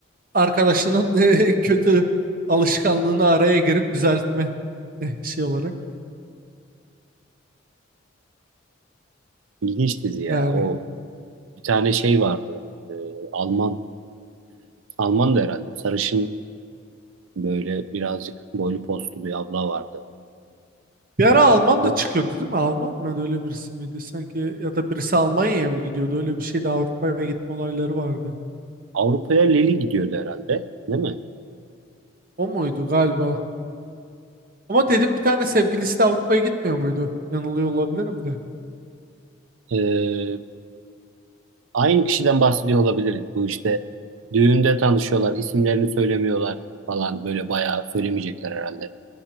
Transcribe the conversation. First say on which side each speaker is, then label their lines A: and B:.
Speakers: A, on the right; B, on the right.
A: arkadaşının <laughs> eh, kötü alışkanlığını araya girip düzeltme <laughs> eh, şey olarak
B: ilginç dizi ya.
A: yani.
B: <laughs> O bir tane şey vardı. Ee, Alman Alman da herhalde sarışın böyle birazcık boylu postlu bir abla vardı.
A: Bir ara Alman
B: Bu
A: da çıkıyordu değil mi? Alman mı öyle birisi miydi sanki ya da birisi Almanya'ya mı gidiyordu öyle bir şeydi Avrupa'ya gitme olayları vardı.
B: Avrupa'ya Leli gidiyordu herhalde, değil mi?
A: O muydu galiba? Ama dedim bir tane sevgilisi de Avrupa'ya gitmiyor muydu? Yanılıyor olabilirim de.
B: Ee, aynı kişiden bahsediyor olabiliriz. Bu işte düğünde tanışıyorlar, isimlerini söylemiyorlar falan böyle bayağı söylemeyecekler herhalde.